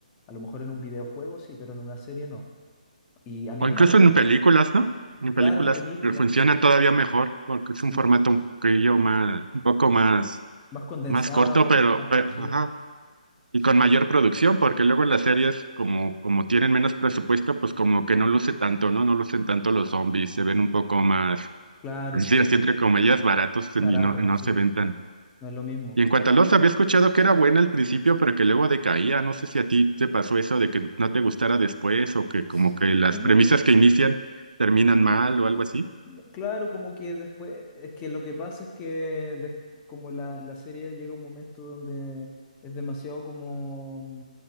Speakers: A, on the left; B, on the right.
A: A lo mejor en un videojuego sí, pero en una serie no. Y a mi
B: O
A: hermano,
B: incluso
A: la-
B: en películas, ¿no? En
A: claro,
B: películas
A: en películas,
B: que funcionan todavía mejor, porque
A: sí,
B: es un formato un poquillo más, un poco más,
A: más condensado,
B: más corto, pero,
A: más,
B: pero,
A: co- sí,
B: ajá.
A: sí,
B: Y con mayor producción, porque luego en las series, como, como tienen menos presupuesto, pues como que no luce tanto, ¿no? No lucen tanto los zombies, se ven un poco más,
A: claro,
B: es
A: sí,
B: decir, así
A: po,
B: entre comillas, baratos
A: barato,
B: y no, no
A: sí,
B: se
A: po,
B: ven tan
A: no es lo mismo.
B: Y en cuanto a Lost, había escuchado que era buena al principio, pero que luego decaía. No sé si a ti te pasó eso de que no te gustara después o que
A: S-
B: como que las
A: Sí,
B: premisas que inician terminan mal o algo así.
A: no, claro, como que después, es que lo que pasa es que des- como la, la serie llega a un momento donde es demasiado como